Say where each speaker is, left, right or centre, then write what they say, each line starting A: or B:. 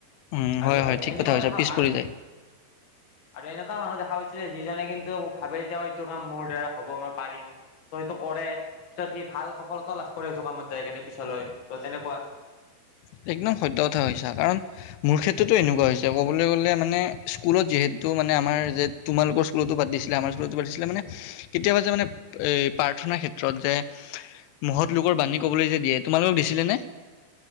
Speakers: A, on the left; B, on the left.
A: উম
B: আৰু
A: হয়
B: আৰু
A: হয় ঠিক
B: এনেকুৱাও
A: কথা কৈছা
B: দেখা
A: পিছ
B: আৰু
A: পৰি যায়।
B: আৰু এনেকুৱা মানুহ দেখা পাইছোঁ যে যিজনে কিন্তু ভাবে যে এইটো কাম মোৰ দ্বাৰা হ'ব মই পাৰিম। ত সেইটো কৰে পিছত সি ভাল সফলতা লাভ কৰে সেইটো কামত যায় কেনে পিছলৈ ত তেনেকুৱা।
A: <inaudible> একদম সত কথা কইছা কাৰণ মোৰ ক্ষেত্ৰতো এনেকুৱা হৈছে ক'বলৈ গ'লে মানে স্কুলত যিহেতু তু মানে যে তোমালোকৰ স্কুলতো পাতিছিল- আমাৰ স্কুলত পাতিছিলে মানে কেতিয়াবা যে মানে প্ৰাৰ্থনাৰ ক্ষেত্ৰত যে। মহত লোকৰ বাণী ক'বলৈ যে দিয়ে তোমালোকক দিছিলে নে।